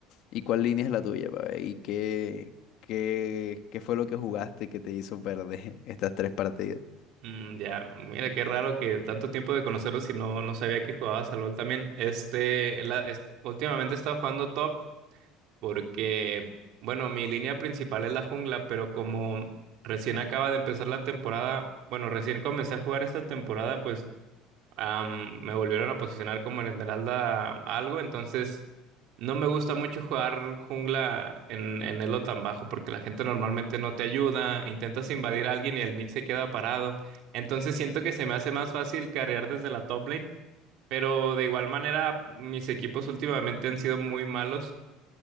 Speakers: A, on the left; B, on the right.
A: ¿Y cuál línea es la tuya, pa' ver? ¿Y qué, qué, qué fue lo que jugaste que te hizo perder <laughs> estas tres partidas?
B: Mm, ya, mira qué raro que tanto tiempo de conocerlos y no, no sabía que jugabas al LOL también. Este, la, est- últimamente he estado jugando top. porque, bueno, mi línea principal es la jungla, pero como recién acaba de empezar la temporada, bueno, recién comencé a jugar esta temporada, pues am, me volvieron a posicionar como en Esmeralda algo, entonces no me gusta mucho jugar jungla en, en elo tan bajo porque la gente normalmente no te ayuda, intentas invadir a alguien y el mid se queda parado, entonces siento que se me hace más fácil carrear desde la top lane. Pero de igual manera, mis equipos últimamente han sido muy malos.